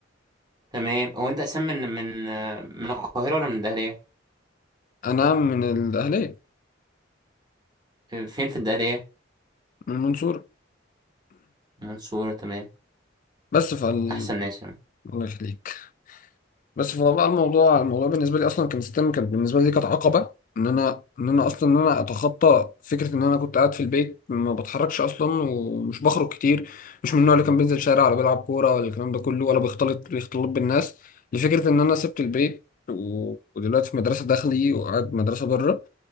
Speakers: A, on the right (about 20°); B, on the left (about 45°).
A: تمام هو انت اساسا من من من القاهرة ولا من الدهرية؟
B: انا من الاهليه
A: آه، فين في الدهرية؟
B: من المنصوره
A: منصورة تمام
B: بس فال
A: احسن ناس يعني
B: الله يخليك بس فهو بقى الموضوع الموضوع بالنسبه لي اصلا كان ستيم كانت بالنسبه لي كانت عقبه ان انا ان انا اصلا ان انا اتخطى فكره ان انا كنت قاعد في البيت ما بتحركش اصلا ومش بخرج كتير مش من النوع اللي كان بينزل شارع ولا بيلعب كوره ولا الكلام ده كله ولا بيختلط بيختلط بالناس لفكره ان انا سبت البيت و- ودلوقتي في مدرسه داخلي وقاعد مدرسه بره